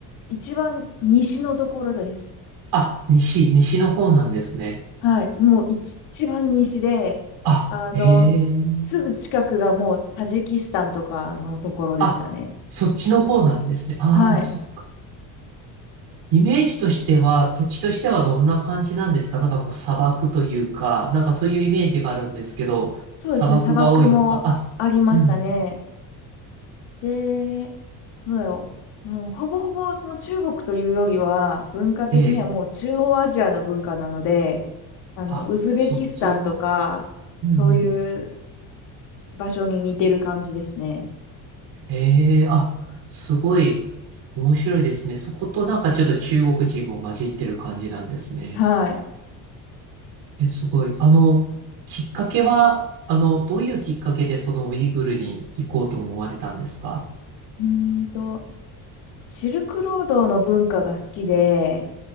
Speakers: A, on the left (about 80°); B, on the right (about 75°).
A: 一番西のところです。
B: あ、西、西の方なんですね。
A: はい。もう一番西で、
B: あ、
A: あの、
B: えー、
A: すぐ近くがもうタジキスタンとかのところでしたね。
B: あ、そっちの方なんですね。ああ、
A: はい。
B: そっか。イメージとしては、土地としてはどんな感じなんですかなんかこう砂漠というか、なんかそういうイメージがあるんですけど、
A: そうですね。
B: 砂漠が多いのか。
A: 砂漠もありましたね。
B: あ、うん、
A: で、どうだろう。うん、ほぼほぼその中国というよりは、文化的にはもう中央アジアの文化なので、
B: ええ、
A: あの、
B: あ、
A: ウズベキスタンとか、
B: そっち、うんうん。
A: そういう場所に似てる感じですね。
B: ええ、あ、すごい面白いですね。そことなんかちょっと中国人も混じってる感じなんですね。
A: はい。
B: え、すごい。あの、きっかけは、あの、どういうきっかけでそのウイグルに行こうと思われたんですか
A: うーんと、シルクロードの文化が好きで、